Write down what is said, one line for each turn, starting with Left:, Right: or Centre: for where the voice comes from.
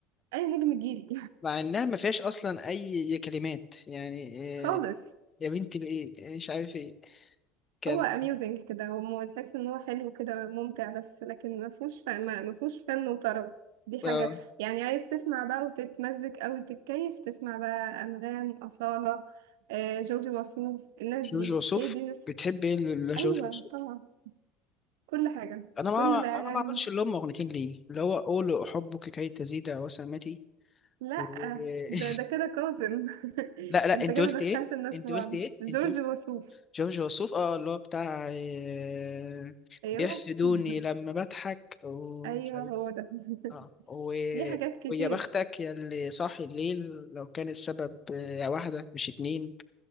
Right: اي نجم جيلي
Left: مع انها ما فيهاش اصلا اي كلمات يعني
Right: <laughs> خالص
Left: آه، يا بنتي بايه آه، مش عارف ايه كان
Right: هو اميوزنج كده هو تحس ان هو حلو كده ممتع بس لكن ما فيهوش ف... ما ما فيهوش فن وطرب دي حاجة
Left: آه،
Right: يعني عايز تسمع بقى وتتمزج أوي تتكيف تسمع بقى أنغام أصالة آه، جورج وسوف الناس دي
Left: جورج وسوف
Right: هي دي ناس
Left: بتحب ايه لجورج
Right: أيوة
Left: وسوف
Right: طبعا كل حاجة
Left: انا ما
Right: كل أغاني
Left: انا ما اعرفش اللي هم اغنيتين ليه اللي هو قول احبك كي تزيد وسامتي
Right: لأ
Left: و...
Right: ده
Left: <laughs>
Right: ده كده كاظم <laughs>
Left: لا لا
Right: انت
Left: انت
Right: كده
Left: قلت
Right: دخلت
Left: ايه
Right: الناس
Left: انت
Right: في بعض
Left: قلت ايه
Right: جورج
Left: انت قلت
Right: وسوف
Left: جورج وسوف اه اللي هو بتاع آه،
Right: أيوة
Left: بيحسدوني
Right: <laughs>
Left: لما بضحك ومش
Right: أيوة
Left: عارف
Right: هو ده
Left: اه و...
Right: <laughs> ليه حاجات كتير
Left: ويا بختك يا اللي صاحي الليل لو كان السبب آه، واحدة مش اتنين